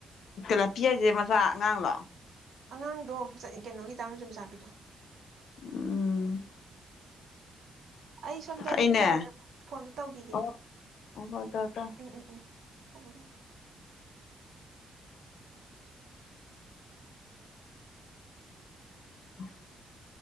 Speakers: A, on the left; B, on the right.
A: ꯂꯄꯤ ꯍꯥꯏꯁꯦ ꯃꯆꯥ ꯑꯉꯥꯡꯂꯣ
B: ꯑꯉꯥꯡꯗꯣ ꯆꯠꯅꯤ ꯀꯩꯅꯣꯒꯤ ꯇꯥꯔꯁꯨ ꯃꯆꯥꯄꯤꯗꯣ
A: ꯎꯝ
B: ꯑꯩ ꯁꯣꯝꯗ
A: ꯐꯩꯅꯦ
B: ꯃꯤ ꯀꯧꯔꯛꯑꯦ ꯐꯣꯟꯗꯣ ꯇꯧꯈꯤꯒꯦ
A: ꯑꯣ ꯍꯣꯏ ꯇꯧꯔꯣ ꯇꯧꯔꯣ
B: ꯎꯝ ꯎꯝ ꯎꯝ ꯊꯃꯦ ꯊꯝ
A: <unintelligible>